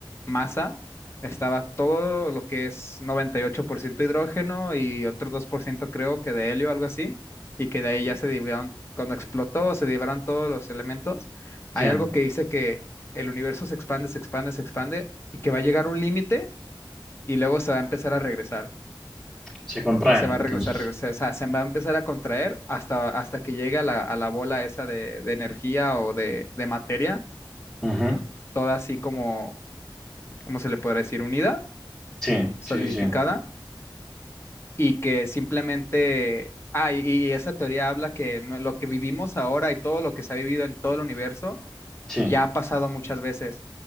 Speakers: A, on the left (about 30°); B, in the centre.
A: masa. Estaba todo lo que es 98% hidrógeno y otro 2% creo que de helio, algo así, y que de ahí ya se dividieron, cuando explotó, se dividieron todos los elementos.
B: sí.
A: Hay algo que dice que el universo se expande, se expande, se expande y que va a llegar un límite y luego se va a empezar a regresar
B: se contrae,
A: y se va
B: entonces.
A: a regresar, regresar, o sea, se va a empezar a contraer hasta, hasta que llegue a la, a la bola esa de, de energía o de, de materia,
B: Ujú,
A: toda así como, ¿cómo se le podría decir? Unida,
B: Sí,
A: solidificada,
B: sí, sí, sí,
A: y que simplemente, ah, y, y esa teoría habla que no- lo que vivimos ahora y todo lo que se ha vivido en todo el universo
B: sí,
A: Ya ha pasado muchas veces,